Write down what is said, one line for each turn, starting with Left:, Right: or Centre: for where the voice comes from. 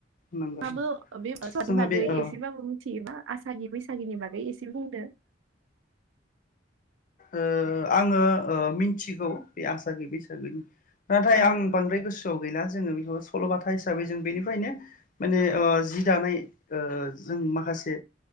Left: नंगौ
Right: माबो ओ बे ओ स आबादनि
Left: जोंहा
Right: बागै
Left: बे औ
Right: एसेबाबो मिथियोबा आसागि बैसागिनि बागै एसे बुंदो?
Left: ओ आङो ओ मिन थिगौ बे आसागि बैसा दा बेगुन नाथाय
Right: औ
Left: आं बांद्राय गोसोआव गैला जोङो बेखौ सल'बाथा हिसाबै जों बेनिफ्रायनो माने ओ जि दानाय ओ जों माखासे